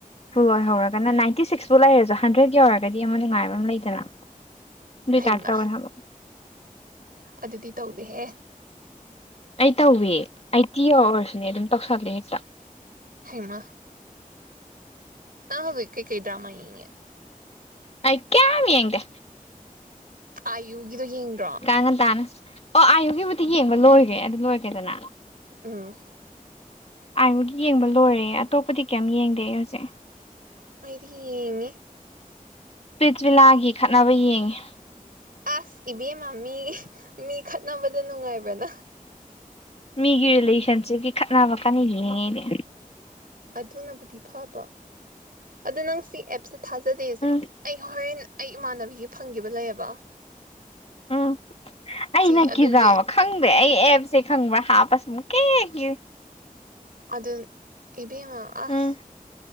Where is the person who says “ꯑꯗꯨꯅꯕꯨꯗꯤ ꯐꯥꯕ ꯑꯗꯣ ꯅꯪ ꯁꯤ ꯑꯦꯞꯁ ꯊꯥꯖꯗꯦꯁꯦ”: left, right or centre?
Right